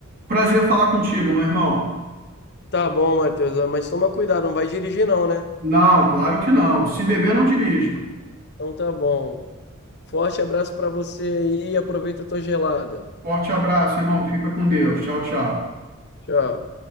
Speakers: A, on the right (about 40°); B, on the left (about 50°).
A: Prazer falar contigo, meu irmão.
B: Tá bom, Matheus, mas toma cuidado, não vai dirigir não, né?
A: Não, claro que não. Se beber, não dirija.
B: Então tá bom. Forte abraço para você aí. e Aproveita a tua gelada.
A: Forte abraço, irmão. Fica com Deus. Tchau, tchau.
B: Tchau.